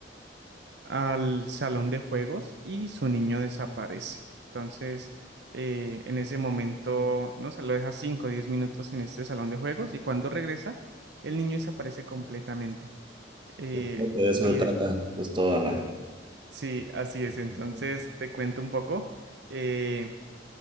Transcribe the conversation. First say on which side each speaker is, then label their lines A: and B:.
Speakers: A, on the right; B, on the right.
A: al salón de juegos y su niño desaparece. Entonces, eh, en ese momento, no se lo deja 5 o 10 minutos en este salón de juegos y cuando regresa, el niño desaparece completamente. Eh,
B: Creo que de eso
A: pi-
B: se trata pues toda la...
A: sí, así es. Entonces,
B: Ujú.
A: te cuento un poco. Eh,